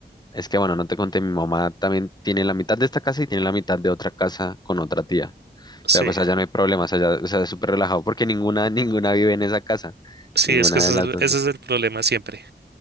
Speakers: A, on the left (about 25°); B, on the right (about 65°).
A: Es que bueno, no te conté, mi mamá también tiene la mitad de esta casa y tiene la mitad de otra casa con otra tía.
B: Sí,
A: Pero pues allá no hay problemas, allá, o sea, es súper relajado porque ninguna, <laughs> ninguna vive en esa casa,
B: sí,
A: ninguna
B: es que ese
A: de
B: es
A: las
B: el,
A: dos.
B: ese
A: pues.
B: es el problema siempre.